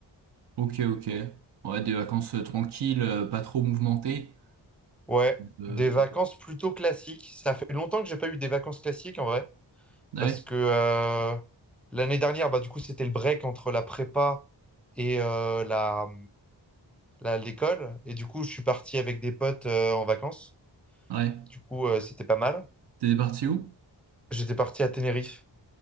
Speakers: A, on the right (about 65°); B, in the centre.
A: ok, ok. Ouais, des vacances euh, tranquilles, euh, pas trop mouvementées.
B: Ouais,
A: Euh,
B: des vacances plutôt classiques. Ça fait longtemps que j'ai pas eu des vacances classiques en vrai,
A: ouais,
B: parce que euh, l'année dernière, bah, du coup, c'était le break entre la prépa et euh, la, la- l'école. Et du coup, je suis parti avec des potes euh, en vacances.
A: ouais.
B: Du coup, euh, c'était pas mal.
A: T'es parti où?
B: J'étais parti à Tenerife.